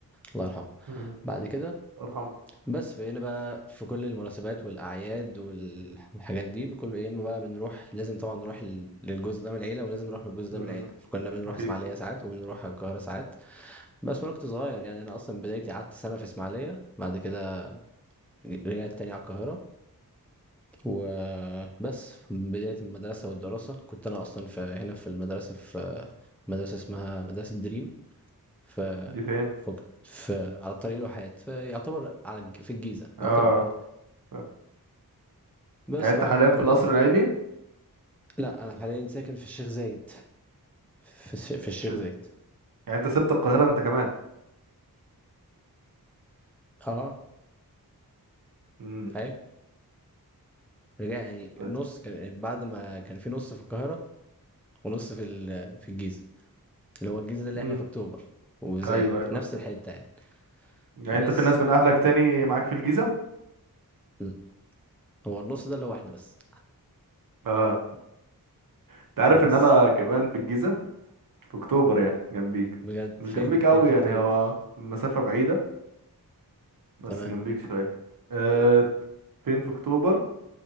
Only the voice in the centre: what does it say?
الله يرحمه
بعد كده
بس فهنا بقى في كل المناسبات والأعياد والحاجات دي كله يا إما بقى بنروح لازم طبعًا نروح ل للجزء ده من العيلة ولازم نروح للجزء
ده من العيلة، فكنا بنروح
إسماعيلية ساعات وبنروح القاهرة ساعات، بس وأنا كنت صغير يعني أنا أصلًا بدايتي قعدت سنة في إسماعيلية بعد كده ر رجعت تاني على القاهرة، وبس بداية المدرسة والدراسة كنت أنا أصلًا في هنا في المدرسة في مدرسة اسمها مدرسة دريم في
فك في على الطريق الواحات فيعتبر على الج في الجيزة يعتبر
يعني.
بس
بعد
مدرسة
لا أنا حاليا ساكن في الشيخ زايد في الش... في الشيخ
زايد
اه
أيوة رجع يعني
نص كان يعني بعد ما كان في نص في القاهرة ونص في ال... في الجيزة اللي هو الجيزة ده اللي احنا
في أكتوبر وزايد
نفس الحتة يعني
بس
م. هو النص ده اللي هو احنا بس
بس
بجد
فين
فين في
أكتوبر
تمام